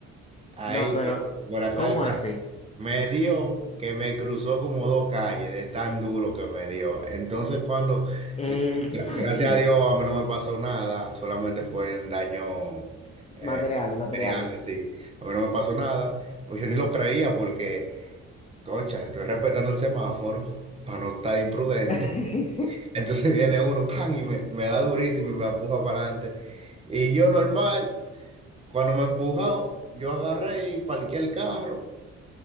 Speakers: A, on the right; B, on the left.
A: ahí,
B: No, pero,
A: por atrás
B: ¿cómo
A: del
B: así?
A: Me dio que me cruzó como dos calles de tan duro que me dio. Entonces cuando, eh,
B: El
A: gra-
B: DH.
A: gracias a Dios, a mí no me pasó nada, solamente fue en daño eh,
B: Materiales, materiales.
A: material, sí. A mí no me pasó nada, pues yo ni lo creía porque, concha, estoy respetando el semáforo <laughs> para no estar imprudente.
B: <laughs>
A: Entonces <laughs> viene uno, pan, y me, me da durísimo y me empuja para adelante. Y yo normal, cuando me empujó, yo agarré y parqué el carro.